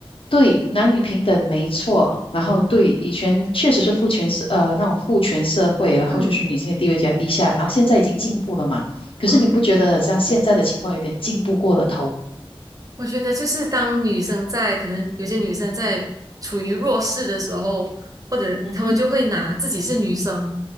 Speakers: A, on the left; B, on the right.
A: 对男女平等没错？然后对以前确实是父权社呃那种父权社会，然后就是女性的地位比较低下，
B: 嗯
A: 然后现在已经进步了嘛？可是你不觉得好像现在的情况有点进步过了头？
B: 嗯。我觉得就是当女生在可能有些女生在处于弱势的时候，或者她们就会拿自己是女生，
A: 嗯哼，